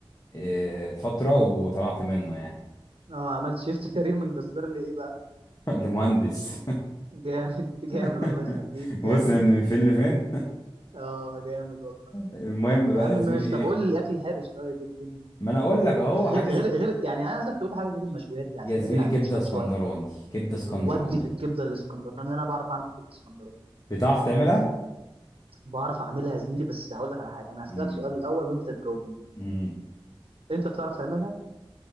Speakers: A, on the left; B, on the right.
A: إيه، فتره وطلعت منه يعني
B: اه عملت شيفت <laughs> كارير من جزار لايه بقى
A: <laughs> لمهندس
B: يعني جامد جامد
A: <laughs>
B: الله يخليك
A: بص
B: جامد
A: من
B: <laughs>
A: من فين لفين
B: اه جامد والله
A: المهم
B: يا
A: بقى
B: عم ماشي
A: يا زميلي ايه
B: طب قول لي الاكل الحرش طيب ايه الدنيا
A: ما انا اقول لك اهو
B: غير
A: حاجه
B: غير
A: زي
B: غير يعني انا عايزك تقول لي حاجه غير المشويات دي عايزين
A: يا زميلي
B: نبعد عن
A: كبده
B: المشويات
A: اسكندراني
B: شويه
A: كبده اسكندراني
B: ودي في الكبده الاسكندراني انا بعرف اعمل كبده اسكندراني
A: بتعرف تعملها
B: بعرف اعملها يا زميلي بس هقول لك على حاجه انا هسالك
A: امم
B: سؤال الاول وانت تجاوبني
A: امم
B: انت بتعرف تعملها